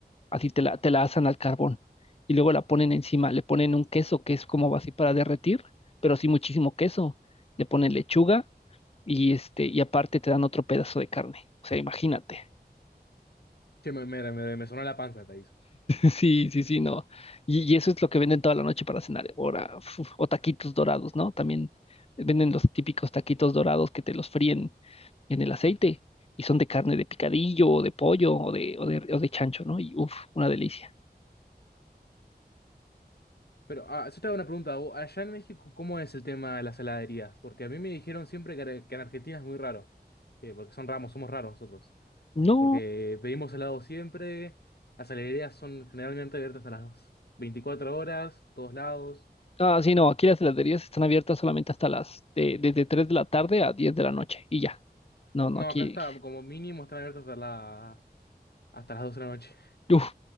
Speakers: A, on the left; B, on the left.
A: así te la, te la asan al carbón. Y luego la ponen encima, le ponen un queso que es como así para derretir, pero sí muchísimo queso. Le ponen lechuga y este, y aparte te dan otro pedazo de carne. O sea, imagínate.
B: Che, me, me, me, me sonó la panza, te aviso.
A: Sí, sí, sí, no. Y, y eso es lo que venden toda la noche para cenar. Ahora, uf, o taquitos dorados, ¿no? También venden los típicos taquitos dorados que te los fríen en el aceite y son de carne de picadillo o de pollo o de, o de, o de chancho, ¿no? Y uff, una delicia.
B: Pero ah, yo te hago una pregunta. vos, Allá en México, ¿cómo es el tema de las heladerías? Porque a mí me dijeron siempre que, ara- que en Argentina es muy raro. Que porque son ramos, somos raros nosotros.
A: No,
B: Porque pedimos helado siempre. Las heladerías son generalmente abiertas a las 24 horas, todos lados.
A: ah, sí, no, aquí las heladerías están abiertas solamente hasta las, de, desde 3 de la tarde a 10 de la noche y ya. No, no,
B: No,
A: aquí,
B: acá está, como mínimo están abiertos hasta la, hasta las 12 de la noche.
A: uf,